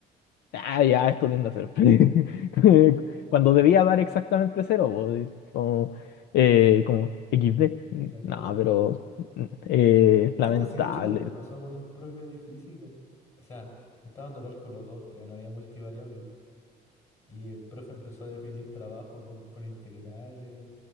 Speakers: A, on the left; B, on the left.
A: ah, ya, esto tiende a ser. <laughs> Cuando debía dar exactamente cero, po, y como, eh, como XD.
B: la clásica.
A: No, pero mm, eh, lamentable.
B: Algo así, de hecho, también me pasó con un profe de física. O sea, yo estaba dando cálculo 2 todavía no había multivariable. Y el profe empezó a definir trabajo con, con integrales